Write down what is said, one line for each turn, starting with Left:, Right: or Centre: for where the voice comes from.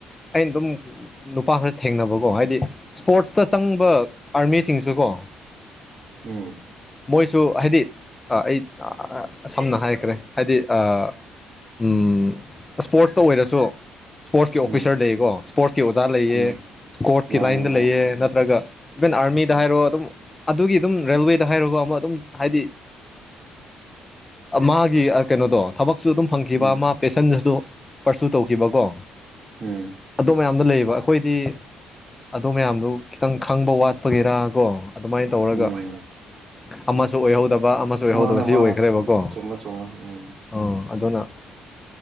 Left: ꯑꯩꯅ ꯑꯗꯨꯝ ꯅꯨꯄꯥ ꯈꯔ ꯊꯦꯡꯅꯕꯀꯣ ꯍꯥꯏꯗꯤ ꯁ꯭ꯄꯣꯔꯠꯁ ꯆꯪꯕ ꯑꯥꯔꯃꯤꯁꯤꯡꯁꯨ ꯀꯣ
Right: ꯎꯝ
Left: ꯃꯣꯏꯁꯨ ꯍꯥꯏꯗꯤ ꯑꯩ ꯑ ꯁꯝꯅ ꯍꯥꯏ ꯀ꯭ꯔꯦ ꯍꯥꯏꯗꯤ ꯑ ꯎꯝ ꯁ꯭ꯄꯣꯔꯠꯁꯇ ꯑꯣꯏꯔꯁꯨ ꯁ꯭ꯄꯣꯔꯠꯁꯀꯤ ꯑꯣꯐꯤꯁꯥꯔ
Right: ꯎꯝ
Left: ꯂꯩꯌꯦꯀꯣ ꯁ꯭ꯄꯣꯔꯠꯁꯀꯤ ꯑꯣꯖꯥ ꯂꯩꯌꯦ
Right: ꯎꯝ
Left: ꯁ꯭ꯀꯣꯔꯠꯁꯀꯤ
Right: ꯃꯥꯅꯦ
Left: ꯂꯥꯏꯟꯗ
Right: ꯎꯝ
Left: ꯂꯩꯌꯦ ꯅꯠꯇ꯭ꯔꯒ ꯏꯚꯟ ꯑꯥꯔꯃꯤꯗ ꯍꯥꯏꯔꯣ ꯑꯗꯨꯝ ꯑꯗꯨꯒꯤ ꯑꯗꯨꯝ ꯔꯦꯜꯋꯦꯗ ꯍꯥꯏꯔꯒ ꯑꯃ ꯑꯗꯨꯝ ꯍꯥꯏꯗꯤ ꯃꯥꯒꯤ ꯃꯤ ꯑ ꯀꯩꯅꯣꯗꯣ ꯊꯕꯛꯁꯨ ꯑꯗꯨꯝ ꯐꯪꯈꯤꯕ
Right: ꯎꯝ ꯎꯝ
Left: ꯃꯥ ꯄꯦꯁꯟꯗꯁꯨ ꯄꯔꯁꯨ ꯇꯧꯈꯤꯕꯀꯣ
Right: ꯎꯝ
Left: ꯑꯗꯨ ꯃꯌꯥꯝꯗꯣ ꯂꯩꯕ ꯑꯩꯈꯣꯏꯗꯤ ꯑꯗꯨ ꯃꯌꯥꯝꯗꯣ ꯈꯤꯇꯪ ꯈꯪꯕ ꯋꯥꯠ ꯀꯞꯄꯒꯤꯔꯥ ꯀꯣ ꯑꯗꯨꯃꯥꯏ ꯇꯧꯔꯒ
Right: ꯎꯝ
Left: ꯑꯃꯁꯨ ꯑꯣꯏꯍꯧꯗꯕ ꯑꯃꯁꯨ ꯑꯣꯏꯍꯧꯗꯕ
Right: ꯃꯥꯅꯦ
Left: ꯁꯤ
Right: ꯃꯥꯅꯦ
Left: ꯑꯣꯏꯈ꯭ꯔꯦꯕꯀꯣ
Right: ꯆꯨꯝꯃꯦ ꯆꯨꯝꯃꯦ ꯎꯝ
Left: ꯑ ꯑꯗꯨꯅ